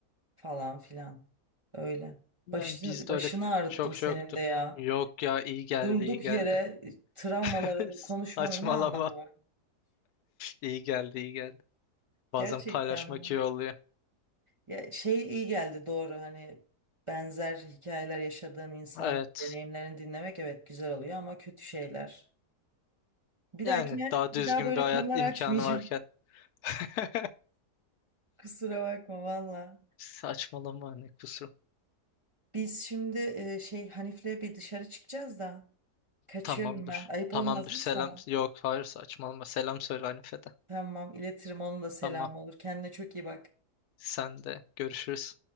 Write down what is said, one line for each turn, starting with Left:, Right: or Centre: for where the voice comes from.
Right: falan filan. Öyle.
Left: Yani
Right: Başını,
Left: bizde
Right: başını
Left: öyle
Right: ağrıttım
Left: çok
Right: senin
Left: şey yoktu.
Right: de ya.
Left: Yok ya iyi geldi
Right: Durduk
Left: iyi geldi.
Right: yere travmaları
Left: <laughs>
Right: konuşmanın
Left: Saçmalama.
Right: ne anlamı var?
Left: İyi geldi iyi geldi. Bazen
Right: Gerçekten
Left: paylaşmak
Right: mi?
Left: iyi oluyor.
Right: Ya şey iyi geldi doğru hani benzer hikayeler yaşadığın insanın
Left: Evet.
Right: deneyimlerini dinlemek evet güzel oluyor ama kötü şeyler. Bir
Left: Yani
Right: dahakine
Left: daha
Right: bir
Left: düzgün
Right: daha böyle
Left: bir hayat
Right: konular
Left: imkanı
Right: açmayacağım.
Left: varken. <laughs>
Right: <laughs> Kusura bakma valla.
Left: Saçmalama ne kusur.
Right: Biz şimdi e, şey Hanif'le bir dışarı çıkacağız da kaçıyorum
Left: Tamamdır.
Right: ben. Ayıp
Left: Tamamdır.
Right: olmaz değil
Left: Selam.
Right: mi sana?
Left: Yok hayır saçmalama. Selam söyle Hanife'de.
Right: Tamam iletirim onun da selamı
Left: Tamam.
Right: olur. Kendine çok iyi bak.
Left: Sen de görüşürüz.